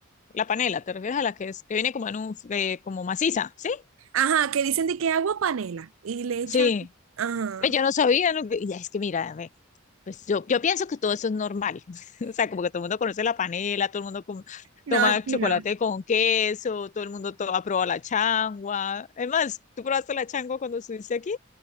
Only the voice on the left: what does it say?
La panela, ¿te refieres a la que es que viene como en un eh, como maciza? ¿Sí?
Sí.
Ve, Yo no sabía, no- y es que mira, ve, pues yo, yo pienso que todo eso es normal. <laughs> O sea, como que todo el mundo conoce la panela, todo el mundo com-
toma
chocolate
con queso, todo el mundo to- ha probado la changua. Es más, ¿tú probaste la changua cuando estuviste aquí?